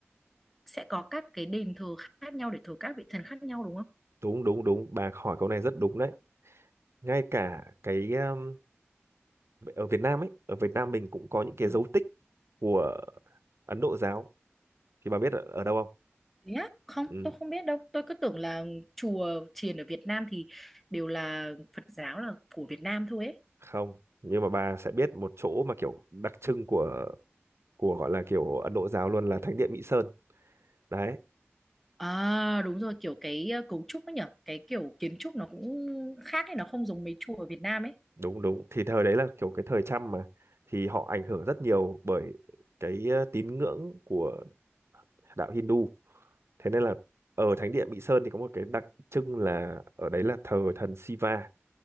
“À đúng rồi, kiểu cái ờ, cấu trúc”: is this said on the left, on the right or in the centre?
Centre